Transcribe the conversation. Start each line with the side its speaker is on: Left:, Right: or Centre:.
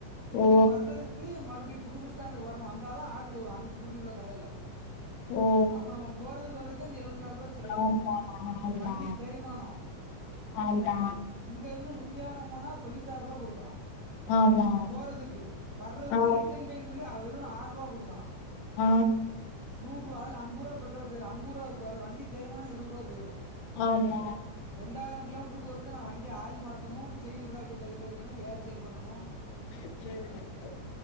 Right: ரிட்டன்
Left: ஓ
Right: வர்றதுக்கு மறுபடி புது பஸ் ஸ்டாண்டுக்கு வரணு வந்தாதா ஆட்ரு வரு அங்குட்டு கூடி உள்ள கடைல
Left: ஓ
Right: அப்போ நம்ம போறதுக்கு வரக்கு அந்த எழுவத்து நால்ருவா சரியா
Left: ஆமா
Right: போவு
Left: ஆமா
Right: வண்டி தேய்மானோ
Left: ஆமா
Right: இங்கருந்து முத்தியாபுரோ போனா தொண்ணூத்தி ஆர்ருவா குடுக்கா
Left: ஆமா
Right: போறதுக்கு வர்றதுக்கு
Left: ஆ
Right: ரிட்டன் பேனு சொல்லி அ வெறு ஆர்ருவா குடுக்கா
Left: ஆ
Right: நூர்ருவா அதுல அம்புர்ருவா பெட்ரோல் போய்ரு அம்புர்ருவா இருக்கு அதுல வண்டி தேய்மானோ இருவர்ருவா போயிரு
Left: ஆமா
Right: ரெண்டாய்ரோ கிலோ மீட்ருக்கு ஒருக்கா நா வண்டி ஆயில் மாத்தணு செயின் ப்ரேக்க டைட் வெக்கணு ஏர் செக் பண்ணனு
Left: ம் ம்